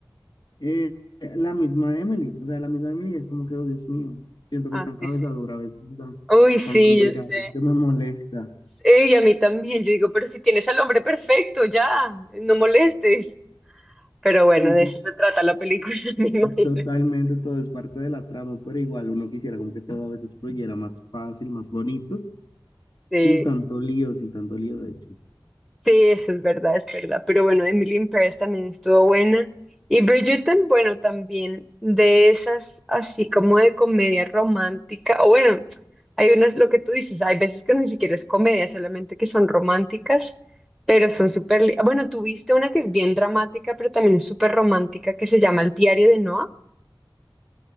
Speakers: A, on the left; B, in the centre.
A: eh, la misma Emily. O sea, la misma Emily es como que, oh Dios mío, siento que
B: Ah,
A: es tan cabezadura
B: sí, sí.
A: a veces, tan,
B: Uy, sí,
A: tan complicada,
B: yo sé.
A: como que me molesta.
B: Sí, y a mí también. Yo digo, pero si tienes al hombre perfecto, ya, no molestes. Pero bueno,
A: Y
B: de
A: sí,
B: eso se trata la película, <laughs> me imagino.
A: totalmente todo es parte de la trama, pero igual uno quisiera como que todo a veces fluyera más fácil, más bonito.
B: Sí,
A: Sin tanto lío, sin tanto lío, de hecho.
B: sí, eso es verdad, es verdad. Pero bueno, Emily in Paris también estuvo buena. Y Bridgerton, bueno, también de esas, así como de comedia romántica. O bueno, hay unas, lo que tú dices, hay veces que ni siquiera es comedia, solamente que son románticas, pero son súper... li- Bueno, tú viste una que es bien dramática, pero también es súper romántica, que se llama El diario de Noah.